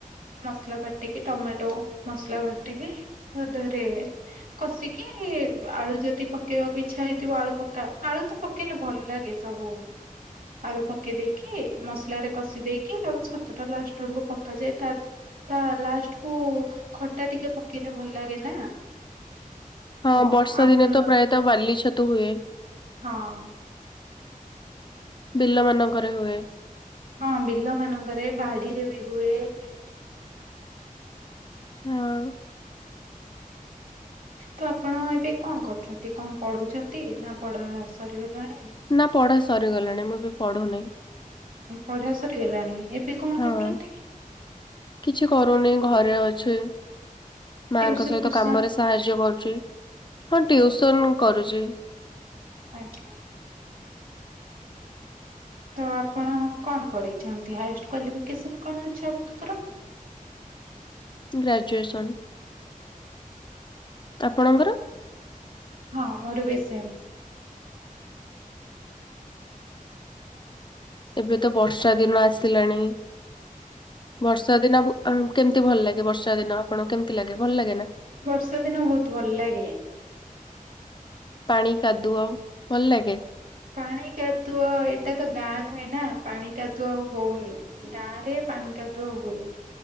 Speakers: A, on the right (about 70°); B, on the left (about 35°).
A: ମସଲା ବାଟିକି ଟମାଟୋ ମସଲା ବାଟିକ ତା ଦିହରେ କଷିକି ଆଳୁ ଯଦି ପକେଇବାକୁ ଇଚ୍ଛା ହେଇଥିବ ଆଳୁ ପକା ଆଳୁ ତ ପ ପକେଇଲେ ଭଲ ଲାଗେ ସବୁ। ଆଳୁ ପକେଇଦେଇକି ମସଲାରେ କଷି ଦେଇକି ତାପରେ ଛତୁଟା ଲାଷ୍ଟ ବେଳକୁ ପକାଯାଏ ତ ତା ଲାଷ୍ଟକୁ ଖଟା ଟିକେ ପକେଇଲେ ଭଲ ଲାଗେ ନା?
B: ହଁ,
A: ତ
B: ବର୍ଷା
A: ଆମ୍ବୁଲ
B: ଦିନେ ତ ପ୍ରାୟତଃ ବାଲି ଛତୁ ହୁଏ।
A: ହଁ।
B: ବିଲ ମାନଙ୍କରେ ହୁଏ।
A: ହଁ ବିଲ ମାନଙ୍କରେ ବାଡିରେ ବି ହୁଏ।
B: ହଁ।
A: ତ ଆପଣ ଏବେ କଣ କରୁଛନ୍ତି, କଣ ପଢୁଛନ୍ତି ନା ପଢା ସରିଗଲାଣି?
B: ନା ପଢା ସରିଗଲାଣି ମୁଁ ଏବେ ପଢୁନି।
A: ପଢ଼ା ସରିଗଲାଣି ଏବେ କଣ
B: ହଁ।
A: କରୁଛନ୍ତି?
B: କିଛି କରୁନି ଘରେ ଅଛି। ମାଙ୍କ
A: ଟିଉସନ
B: ସହିତ
A: ଫିଉସନ
B: କାମରେ ସାହାଯ୍ୟ କରୁଛି ହଁ ଟିଉସନ୍ କରୁଛି।
A: ଆଜ୍ଞା। ତ ଆପଣ କଣ ପଢ଼ିଛନ୍ତି ହାଏଷ୍ଟ କ୍ଵାଲିଫିକେସନ୍ କଣ ଅଛି ଆପଣଙ୍କର?
B: ଗ୍ରାଜୁଏସନ, ଆପଣଙ୍କର?
A: ହଁ ମୋର ବି ସେମ୍।
B: ଏବେ ତ ବର୍ଷା ଦିନ ଆସିଲାଣି, ବର୍ଷା ଦିନ <unintelligible> କେମିତି ଭଲ ଲାଗେ ବର୍ଷା ଦିନ ଆପଣଙ୍କୁ କେମିତି ଲାଗେ ଭଲ ଲାଗେ ନା?
A: ବର୍ଷା ଦିନ ବହୁତ ଭଲ ଲାଗେ।
B: ପାଣି କାଦୁଅ ଭଲ ଲାଗେ।
A: ପାଣି କାଦୁଅ ଏଇଟା ତ ଗାଁ ନୁହେଁ ନା ପାଣି କାଦୁଅ ଆଉ ହଉନି। ଗାଁ ରେ ପାଣି କାଦୁଅ ହୁଏ।